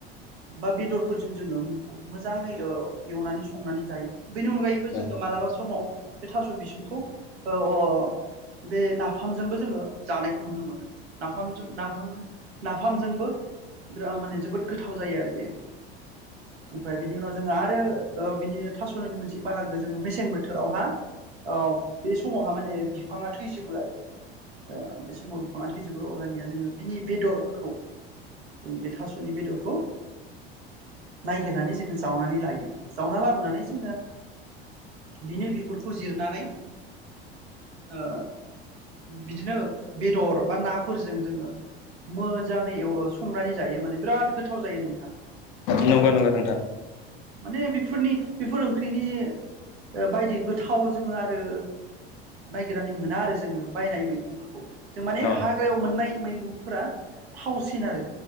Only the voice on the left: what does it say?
औ
नंगौ नंगौ नोंथां
औ